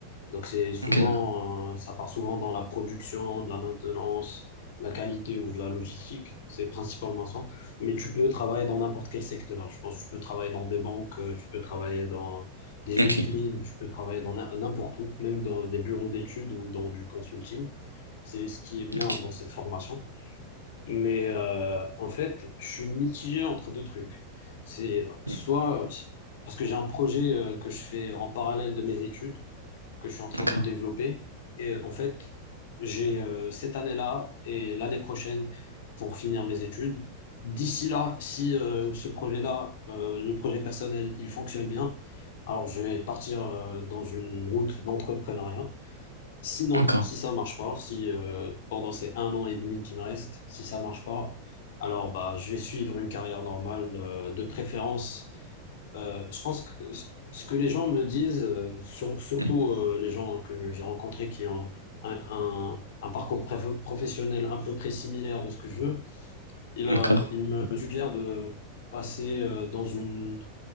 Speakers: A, on the left; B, on the right.
A: Donc c'est souvent,
B: ok, d'accord.
A: euh, ça part souvent dans la production, de la maintenance, la qualité ou de la logistique. C'est principalement ça. Mais tu peux travailler dans n'importe quel secteur. Je pense que tu peux travailler dans des banques, euh, tu peux travailler dans des
B: Ok,
A: usines, tu peux travailler dans n'im- n'importe où, même dans des bureaux d'études ou dans du consulting. C'est ce qui est bien
B: ok,
A: dans cette formation. Mais euh, en fait, je suis mitigé entre deux trucs. C'est soit
B: Hmm.
A: parce que j'ai un projet euh, que je fais en parallèle de mes études que je suis en train
B: d'accord,
A: de développer. Et en fait, j'ai euh, cette année-là et l'année prochaine pour finir mes études. D'ici là, si euh, ce projet-là, euh, le projet personnel, il fonctionne bien, alors je vais partir euh, dans une route d'entrepreneuriat. Sinon,
B: d'accord,
A: si ça marche pas, si euh, pendant ces un an et demi qui me reste, si ça marche pas, alors bah je vais suivre une carrière normale, euh, de préférence euh, je pense que ce que les gens me disent, euh, sur- surtout
B: Hmm.
A: euh, les gens que j'ai rencontrés qui ont un, un- un parcours préf- professionnel à peu près similaire de ce que je veux, ils, euh,
B: d'accord,
A: ils me suggèrent de passer euh, dans une